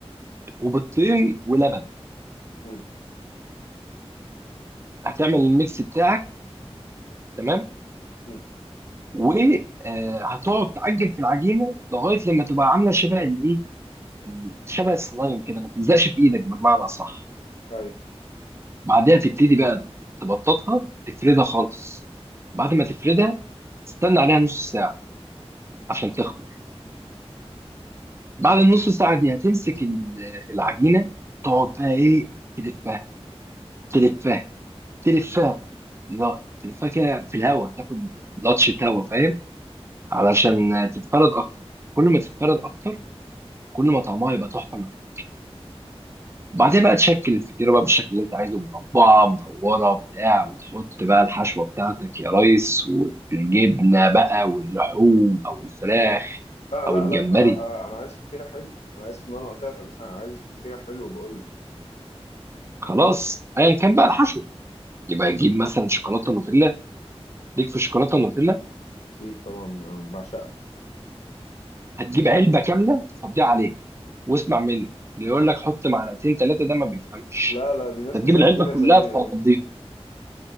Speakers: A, on the right (about 25°); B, on the left (about 85°).
A: وبيضتين ولبن
B: امم
A: هتعمل الميكس بتاعك تمام
B: امم
A: وهتقعد تعجن في العجينه لغايه لما تبقى عامله شبه الايه شبه السلايم كده ما تلزقش في ايدك بمعنى صح
B: ايوه
A: بعدها تبتدي بقى تبططها وتفردها خالص بعد ما تفردها تستنى عليها نص ساعة عشان تخمر بعد النص ساعة دي هتمسك ال- العجينة تقعد بقى ايه تلفها تلفها تلفها لا تلفها كده في الهواء تاخد لطشة هواء فاهم علشان تتفرد اكتر كل ما تتفرد اكتر كل ما طعمها يبقى تحفة معاك بعدين بقى تشكل الفطيره بقى بالشكل اللي انت عايزه مربعه مدوره بتاع وتحط بقى الحشوه بتاعتك يا ريس والجبنه بقى واللحوم او الفراخ
B: لا
A: او
B: لا
A: الجمبري
B: لا لا انا عايز فطيرة حلوة انا عايز ان انا قطعتك بس انا عايز فطيرة حلوة بقول لك
A: خلاص ايا كان بقى الحشو يبقى تجيب مثلا شوكولاته نوتيلا ليك في الشوكولاته النوتيلا
B: اكيد طبعا أنا بعشقها
A: هتجيب علبه كامله تفضيها عليها واسمع مني اللي يقول لك حط معلقتين ثلاثه ده ما بيفهمش
B: لا لا دي ناس
A: انت تجيب
B: مش اكيلة
A: العلبه كلها
B: زينا
A: تفضيها
B: دي